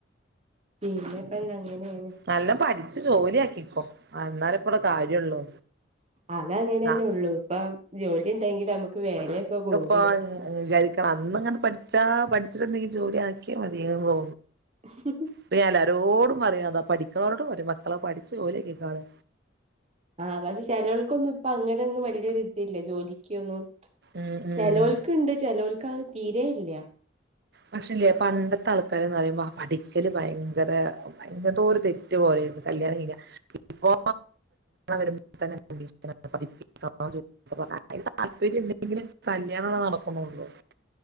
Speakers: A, on the right (about 35°); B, on the right (about 55°).
A: പിന്നെക്കെ ന്താ അങ്ങനെയാണ്
B: നല്ല പഠിച്ചു ജോലി ആക്കിക്കോ എന്നാലെ ഇപ്പടെ കാര്യള്ളൂ
A: അത അങ്ങനെ തന്നെ
B: ആഹ്
A: ഉള്ളൂ ഇപ്പ ജോലി ഉണ്ടെങ്കിൽ നമുക്ക് വേലയൊക്കെ കൂടും
B: പ്പ വിജാരിക്കണം അന്ന്ങ്ങനെ പഠിച്ചാ പഠിച്ചിട്ട്ന്തെങ്കിലും ജോലി ആക്കിയാ മതിയാരുന്ന്
A: മ് ഹ് ഹ്
B: പ്പ ഞാൻ എല്ലാരോടുംപറയും അതാ പഠിക്കുന്നവരോടും പറയും മക്കളെ പഠിച്ച് ജോലി ആക്കി കോളാന്
A: ആഹ് പക്ഷെ ചെലവർക്കൊന്നും ഇപ്പൊ അങ്ങനെയൊന്നും വലിയൊരിതില്ല ജോലിക്കൊന്നും
B: ഉം ഉം
A: ചെലോൾക്ക് ണ്ട് ചിലോൾക്ക് അത് തീരെ ഇല്ല
B: പക്ഷെല്ലേ പണ്ടത്തെ ആൾക്കാരന്ന് പറയുമ്പോ പഠിക്കല് ഭയങ്കരേ.. അ <unintelligible> തോര തെറ്റ് പോലെയ പ്പ കല്യാണം കഴിഞ്ഞ ഇപ്പോ വരുമ്പോ തന്നെ <inaudible> <inaudible> <unintelligible> താൽപര്യണ്ടെൻകിലേ കല്ല്യാണം നടത്തുണുള്ളൂ <unintelligible>